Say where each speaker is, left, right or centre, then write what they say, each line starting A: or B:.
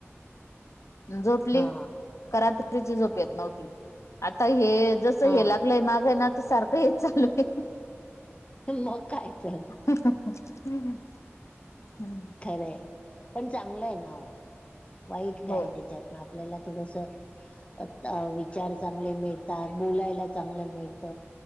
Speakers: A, on the left; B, on the left.
A: झोपली.
B: हा
A: का रात्रीची झोप येत नव्हती. आता हे जस
B: हा
A: हे लागलंय माग ना तर सारखं हेच चालू आहे.
B: मग काय. तर
A: हम्म
B: खरं आहे. पण चांगलं आहे ना ओ वाईट काय
A: हो
B: आहे त्याच्यात. आपल्याला थोडस. आता विचार चांगले मिळतात. बोलायला चांगलं मिळत.